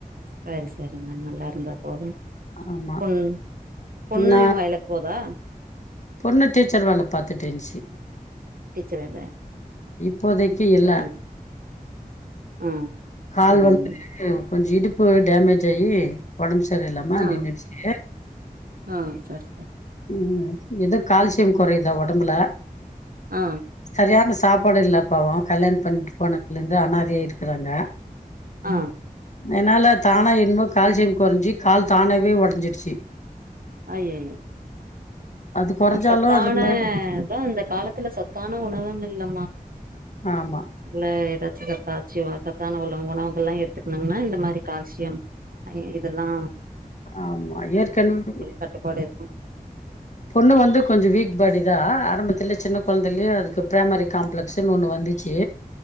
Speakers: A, on the right; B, on the left.
A: சரி சரிங்க நல்லாருந்தா போது
B: ஆமா.
A: பொண் பொண்ணையூ
B: நா
A: வயலுக் போதா
B: பொண்ணு டீச்சர் வேல பாத்துட்டு இந்ச்சி
A: டீச்ச வேல
B: ப்போதைக்கு இல்ல
A: பரவால்ல ஆ
B: கால்
A: சரிங்க
B: வந்து கொஞ்சு இடுப்பு டேமேஜ் ஆயி ஒடம்பு சரியில்லாம
A: ஆ
B: நின்னுடுச்சி
A: ஆ சர் சரி
B: ம் எதோ கால்சியம் கொறையுதா ஒடம்புல
A: ஆ
B: சரியான சாப்பாடு இல்ல பாவோ கல்யாணம் பண்ணிட்டு போனதுலேந்து அனாதையா இருக்கிறாங்க
A: ஆ
B: நெனால தானா என்மோ கால்சியம் கொறஞ்சி கால் தானாவே ஒடஞ்சிருச்சி
A: அய்யயோ
B: அது கொறஞ்சாலு
A: அ சத்தான
B: அந்த மாரி
A: தோ இந்த காலத்துல சத்தா ன உணவுமில்லமா
B: ஆமா
A: ல த சத்தாச்சிய வ சத்தான உள்ள உணவுகள்ல்லா எடுத்துக்லன்னா இந்த மாரி கால்சியம் அ இதல்லா
B: ஆமா ஏற்கனவ்
A: கட்டுப்பாடு இருக்கு
B: பொண்ணு வந்து கொஞ்சோ வீக் ப பாடிதா ஆரம்பத்துலே சின்ன கொழந்தைலே அதுக்கு பிரைமரி காம்ப்ளெக்ஸ்ன்னு ஒன்னு வந்துச்சு